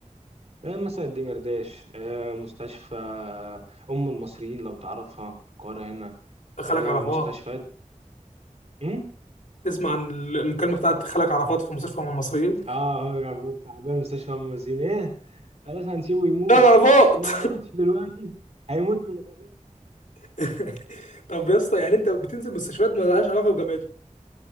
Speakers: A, on the right; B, on the left.
A: آه، مثلا الدمرداش آه، مستشفى آه، أم المصريين لو تعرفها في القاهرة هنا
B: خلك
A: آه،
B: عرفات
A: مستشفيات أم؟
B: تسمع عن المكالمه بتاعت خلك عرفات في مستشفى من المصريين
A: اه هو عبود تعبان مستشفى أم المصريين ايه خلاص هنسيبه يموت
B: خلك عرفات
A: لو ما ماتش دلوقتي هيموت من الغباء
B: <laughs> طب يا اسطى يعني انت بتنزل مستشفيات ما لهاش علاقه بجامعتك